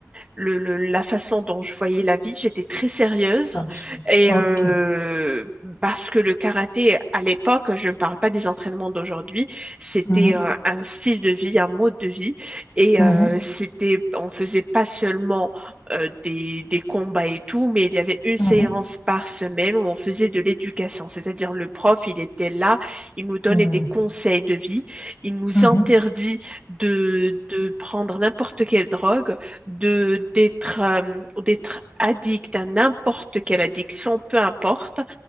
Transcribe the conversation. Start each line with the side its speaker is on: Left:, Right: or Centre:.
Right: le- le- la façon dont je voyais la vie. J'étais très sérieuse
Left: absolument.
Right: et
Left: Ok.
Right: euh, parce que le karaté à l'époque, je ne parle pas des entraînements d'aujourd'hui, c'était
Left: mmh.
Right: un, un style de vie, un mode de vie et
Left: Mhm,
Right: euh, c'était, on faisait pas seulement euh, des, des combats et tout, mais il y avait une séance
Left: mhm,
Right: par semaine où on faisait de l'éducation, c'est-à-dire le prof, il était là, il nous donnait
Left: mhm,
Right: des conseils de vie, il nous
Left: mhm,
Right: interdit de, de prendre n'importe quelle drogue de d'être euh, d'être addict à n'importe quelle addiction, peu importe,